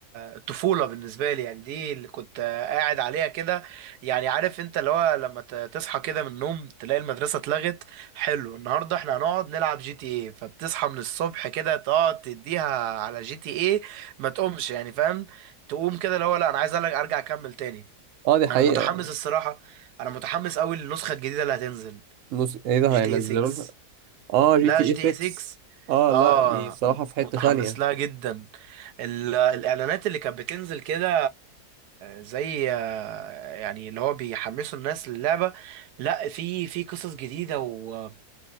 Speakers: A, on the right (about 80°); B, on the right (about 65°).
A: الطفوله بالنسبه لي يعني دي اللي كنت قاعد عليها كده يعني عارف انت اللي هو لما ت- تصحى كده من النوم تلاقي المدرسه اتلغت حلو النهارده احنا هنقعد نلعب جي تي ايه فبتصحى من الصبح كده تقعد تديها على جي تي ايه ما تقومش يعني فاهم تقوم كده اللي هو لا انا عايز أرجع ارجع اكمل تاني
B: اه دي حقيقة
A: انا متحمس الصراحه انا متحمس قوي للنسخه الجديده اللي هتنزل
B: نس... ايه ده
A: جي
B: هينزلوا
A: تي اي 6
B: لها اه جي
A: لا
B: تي
A: جي
B: اي
A: تي
B: 6
A: اي 6
B: اه
A: اه
B: لا دي صراحة
A: مت-
B: في حتة
A: متحمس
B: ثانية
A: لها جدا ال- الاعلانات اللي كانت بتنزل كده زي يعني اللي هو بيحمسوا الناس للعبه لا في في قصص جديده وفي